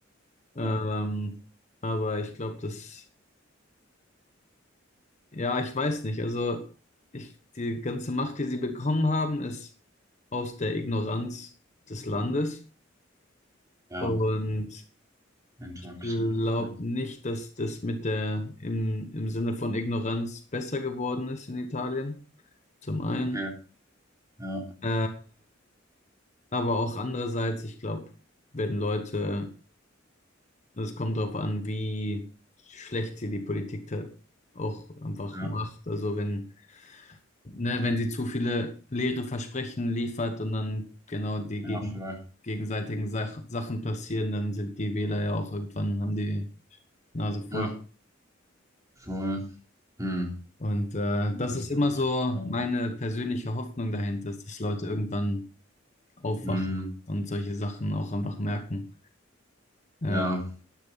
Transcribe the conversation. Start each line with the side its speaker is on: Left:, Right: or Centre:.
Left: Ähm,
Right: oh,
Left: aber ich glaube, das, ja, ich weiß nicht. Also ich, die ganze Macht, die sie bekommen haben, ist aus der Ignoranz des Landes.
Right: ja,
Left: Und
Right: entwachsen.
Left: ich glaube
Right: Ja.
Left: nicht, dass das mit der im, im Sinne von Ignoranz besser geworden ist in Italien, zum einen.
Right: Okay, ja,
Left: Äh, aber auch andererseits, ich glaube, wenn Leute, es kommt darauf an, wie schlecht sie die Politik da auch einfach
Right: ja,
Left: macht. Also wenn, ne,
Right: ja,
Left: wenn sie zu viele leere Versprechen liefert und dann genau die
Right: ja,
Left: gegen,
Right: voll.
Left: gegenseitigen Sach Sachen passieren, dann sind die Wähler ja auch irgendwann, haben die Nase voll.
Right: Ja. Voll. Hm.
Left: Und äh,
Right: Ja,
Left: das
Right: das
Left: ist
Right: kann
Left: immer
Right: ich.
Left: so
Right: Ja.
Left: meine persönliche Hoffnung dahinter, ist, dass Leute irgendwann aufwachen
Right: Hm.
Left: und solche Sachen auch einfach merken. Ja,
Right: Ja,